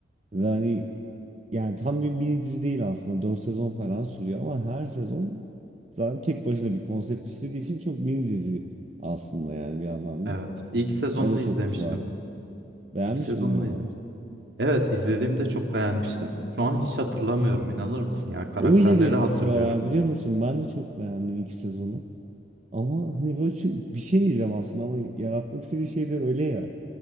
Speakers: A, on the right; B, on the right.
A: Ve hani Yani tam bir mini dizi değil aslında. 4 sezon falan sürüyor ama her sezon zaten tek başına bir konsept işlediği için çok mini dizi aslında yani bir anlamda.
B: evet. İlk sezonunu
A: O da çok
B: izlemiştim.
A: güzeldi. Beğenmiş
B: İlk sezonunu
A: miydin abi?
B: izledim. Evet, izlediğimde çok beğenmiştim. Şu an hiç hatırlamıyorum, inanır mısın ya? Karakterleri
A: Öyle bir etkisi
B: hatırlıyorum.
A: var abi biliyor musun? Ben de çok beğendim ilk sezonu. Ama hani böyle çok- bir şey diyeceğim aslında ama yaratmak istediği şey de öyle ya.